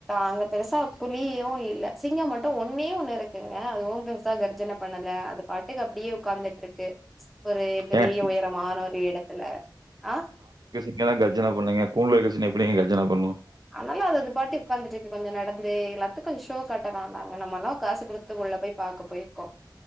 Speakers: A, in the centre; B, on the right.
A: அங்க பெருசா புலியூம் இல்ல சிங்கம் மட்டும் ஒன்னே ஒண்ணு இருக்குங்க அதுவும் பெருசா கர்ஜனனை பண்ணலை அது பாட்டுக்கு அப்படியே உட்கார்ந்துட்டு இருக்கு ஒரு பெரிய
B: ஏன்
A: உயரமான ஒரு இடத்துல ஆஹ்
B: இங்க தான் கஜான பண்ணீங்க போன எடத்துல எப்படிங்க கஜன பண்ணுவும்
A: அதலாம் இல்ல அது அது பாட்டுக்கு உட்காந்துட்டு இரு இப்போ கொஞ்சம் நடந்து எல்லாத்தையும் கொஞ்சம் ஷோ காட்டலாம்ந்தாங்க நம்மலாம் காசு கொடுத்து உள்ளே போய் பார்க்க போயிருக்கோம்